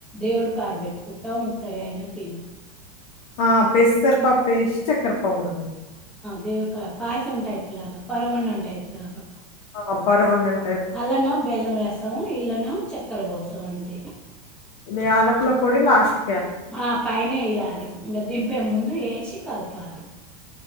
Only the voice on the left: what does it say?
ఆ పెసరు పప్పు ఎస్తే చక్కెర పొంగలి
ఆ ఆ పర్వన్నం
దే యాలకుల పొడి లాస్ట్